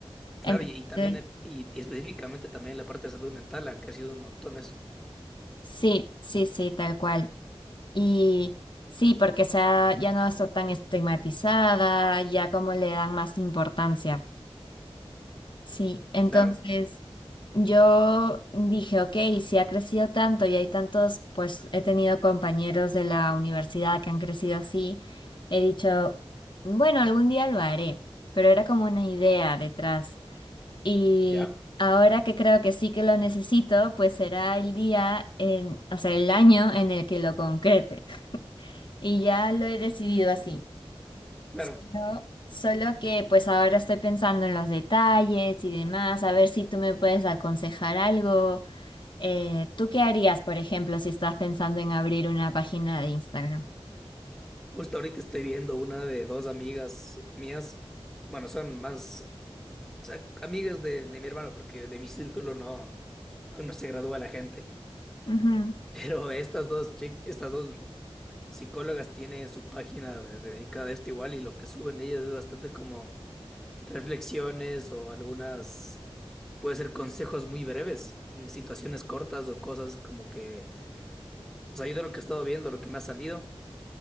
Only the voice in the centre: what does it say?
Claro,
y, y también, eh, y, y específicamente también la parte de salud mental, ah, que ha sido un montón eso.
Claro,
ya,
claro.
Justo ahorita estoy viendo una de dos amigas mías, bueno, son más, o sea, amigas de, de mi hermano, porque de mi círculo no, aún no se gradúa la gente.
<laughs> Pero estas dos, chi- estas dos psicólogas tienen su página de- dedicada a esto igual y lo que suben ellas es bastante como reflexiones o algunas, puede ser consejos muy breves en situaciones cortas o cosas como que, o sea, yo de lo que he estado viendo, lo que me ha salido,